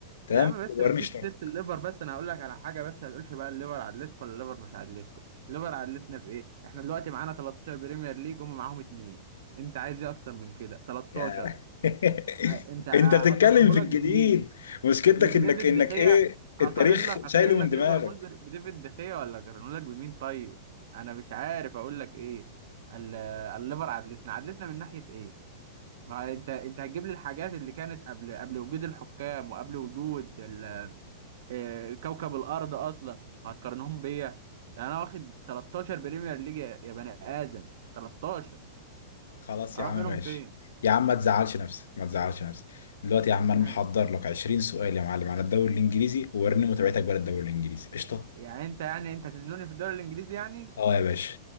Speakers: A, on the left; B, on the right.
A: تمام
B: يا عم
A: ورني
B: بس ما تجيبش
A: شطارتك
B: سيره الليفر بس انا هقول لك على حاجه بس ما تقولش بقى الليفر عدلتكم ولا الليفر مش عدلتكم الليفر عدلتنا في ايه احنا دلوقتي معانا 13 بريمير ليج هم معاهم اتنين انت عايز ايه اكتر من كده 13
A: يا. <laughs>
B: أ- انت ع-
A: انت بتتكلم
B: اقرره
A: في
B: لك
A: الجديد
B: بمين
A: مشكلتك
B: ب- بديفيد
A: انك انك
B: دخيا
A: ايه
B: اقارن
A: التاريخ
B: لك اقارن
A: شايله
B: لك
A: من دماغك
B: ليفربول بر- بديفيد دخيا ولا اقارنه لك بمين طيب انا مش عارف اقول لك ايه ال- الليفر عدلتنا عدلتنا من ناحيه ايه ما انت انت هتجيب لي الحاجات اللي كانت قبل قبل وجود الحكام وقبل وجود ال- آه، كوكب الارض اصلا وهتقارنهم بيا يعني انا واخد 13 بريمير ليج يا يا بني ادم 13
A: خلاص
B: اروح
A: يا عم
B: منهم
A: ماشي
B: فين
A: يا عم ما تزعلش نفسك ما تزعلش نفسك دلوقتي يا عم انا
B: مم.
A: محضر لك 20 سؤال يا معلم على الدوري الانجليزي ووريني متابعتك بقى للدوري الانجليزي قشطه
B: يعني انت يعني انت هتزنوني في الدوري الانجليزي يعني
A: اه يا باشا